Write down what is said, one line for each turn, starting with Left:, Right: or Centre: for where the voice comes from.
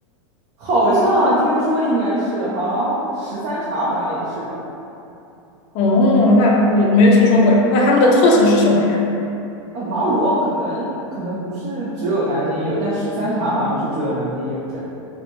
Right: 好像听说应该是，好像十三茶好像也是吧？
Left: 哦，那我没有听说过哎。那他们的特色是什么呀？
Right: 呃，马五旺可能可能不是只有南京有，但十三茶好像是只有南京有这样。